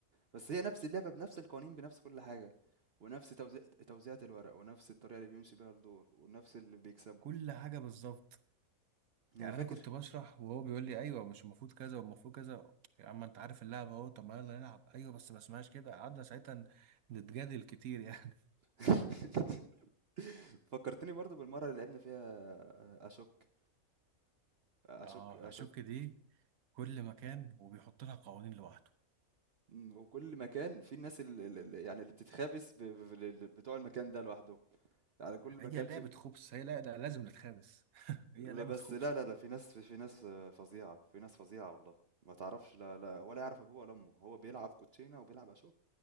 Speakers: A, on the right; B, on the right.
A: بس هي نفس اللعبة بنفس القوانين بنفس كل حاجة ونفس توزيع توزيعة الورق ونفس الطريقة اللي بيمشي بيها الدور ونفس اللي بيكسبه
B: كل حاجة بالظبط
A: انا
B: يعني
A: فاكر
B: انا كنت بشرح وهو بيقول لي ايوه مش المفروض كذا والمفروض كذا يا عم انت عارف اللعبة اهو طب ما يلا نلعب ايوه بس ما اسمهاش كده قعدنا ساعتها نتجادل كتير يعني
A: <laughs> فكرتني برضو بالمرة اللي لعبنا فيها اشك اشك
B: اه
A: اشك
B: اشك دي كل مكان وبيحط لها قوانين لوحده
A: مم، وكل مكان في الناس اللي اللي- يعني اللي بتتخابس ب- ب- ل- بتوع المكان ده لوحدهم يعني كل مكان
B: هي لعبة
A: في
B: خبص هي لا لا لازم نتخابس <laughs>
A: لا
B: هي لعبة
A: بس
B: خبص
A: لا لا لا في ناس في, في ناس آه، فظيعة في ناس فظيعة والله ما تعرفش لا لا ولا يعرف ابوه ولا امه هو بيلعب كوتشينة وبيلعب اشك